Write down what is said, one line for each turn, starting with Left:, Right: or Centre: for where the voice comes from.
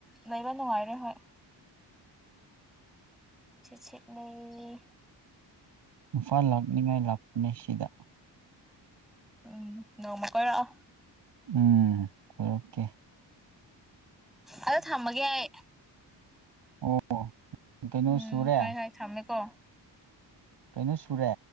Centre: ꯂꯩꯕ ꯅꯨꯡꯉꯥꯏꯔꯦ ꯍꯣꯏ ꯁꯤꯠ ꯂꯩ
Right: ꯏꯨꯐꯥꯜ ꯂꯥꯛ ꯅꯤꯡꯅꯤꯉꯥꯏ ꯂꯥꯛ ꯃꯦꯁꯤꯗ
Centre: ꯎꯝ ꯅꯣꯡ ꯃꯇꯥ ꯂꯥꯑꯣ
Right: ꯎꯝ ꯀꯣꯏꯔꯛꯀꯦ
Centre: ꯑꯗꯣ ꯊꯝꯃꯒꯦ ꯑꯩ <inaudible>
Right: ꯑꯣ ꯀꯩꯅꯣ
Centre: ꯎꯝ
Right: ꯁꯨꯔꯦ
Centre: ꯍꯣꯏ ꯍꯣꯏ ꯊꯝꯃꯦꯀꯣ
Right: ꯀꯩꯅꯣ ꯁꯨꯔꯦ